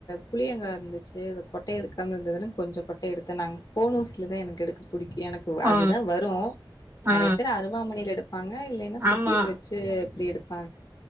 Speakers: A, on the left; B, on the right.
A: புளியங்கா இருந்துச்சு அத கொட்ட எடுக்காம இருந்ததுன்னு கொஞ்ச கொட்ட எடுத்தே நாங் கோனூசில தா எனக்கு எடுக்கு புடிக்கு எனக்கு
B: ஆ
A: அதுதா வரு
B: ஆ
A: நெறைய பேர் அருவாமனையில எடுப் ப்பாங்க இல்லைன்னா சுத்தியல்
B: ஆமா
A: வச்சு எப்டி எடுத்